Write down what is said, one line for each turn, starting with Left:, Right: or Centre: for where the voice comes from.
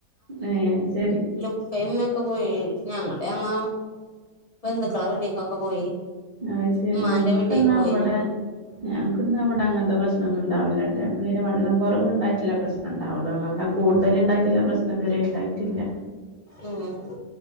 Right: ഏ ശരി
Left: <unintelligible> ഒക്കെ പോയി ഞങ്ങള് ഞങ്ങ ബന്ധുക്കളെ വീട്ടിലക്കൊക്കെ പോയി
Right: അഹ് ശരി
Left: ഉമ്മാന്റെ
Right: ഞങ്ങൾക്ക്ന്താ
Left: വീട്ടിലേക്ക് പോയി
Right: ഇവിടെ
Left: ഞങ്ങള്
Right: ഞങ്ങൾക്ക് ഇന്ന് അവിടെ അങ്ങനത്തെ പ്രശ്ന ഒന്നും ഉണ്ടാവില്ലോട്ടെങ്ങനെ വെള്ളം കുറവ് ഉണ്ടായിട്ട്ല്ല പ്രശ്നം ണ്ടാവുള്ള വെള്ളം കൂടുതൽ ഉണ്ടായിട്ട്ല്ല പ്രശ്നം ഇത് വരെ ഉണ്ടായിട്ടില്ല
Left: ഉം